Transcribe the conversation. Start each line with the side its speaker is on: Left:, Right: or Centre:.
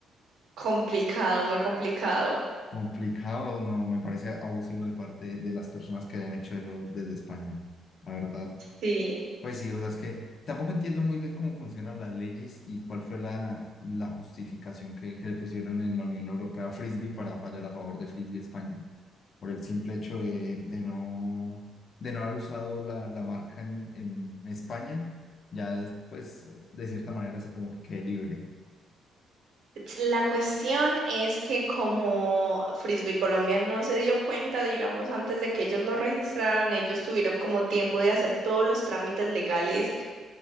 Right: Complicado, muy complicado.
Left: Complicado, no, me parece abusivo de parte de las personas que hayan hecho eso desde España. La verdad,
Right: Sí.
Left: Pues sí, o sea, es que tampoco entiendo muy bien cómo funcionan las leyes y cuál fue la, la justificación que, que le pusieron en la Unión Europea a Frisbee para fallar a favor de Frisbee España, por el simple hecho de, de no, de no haber usado la, la marca en, en España, ya es, pues de cierta manera se como que quede libre.
Right: La cuestión es que como Frisbee Colombia no se dio cuenta, digamos, antes de que ellos lo registraran, ellos tuvieron como tiempo de hacer todos los trámites legales